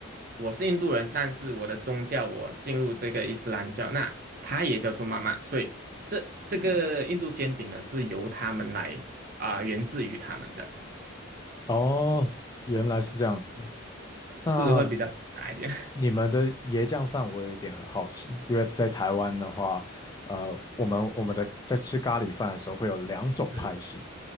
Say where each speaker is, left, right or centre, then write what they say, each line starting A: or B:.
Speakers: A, on the right; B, on the left.
A: 我是印度人，但是我的宗教我进入这个伊斯兰教，那他也叫做妈妈，所以这这个印度煎饼呢是由他们来啊、源自于他们的，
B: 哦，原来是这样子。那
A: 是会比较大一点。<laughs>
B: 你们的椰浆饭我有一点很好奇，因为在台湾的话，呃，我们我们的在吃咖喱饭的时候会有两种派系，
A: 是，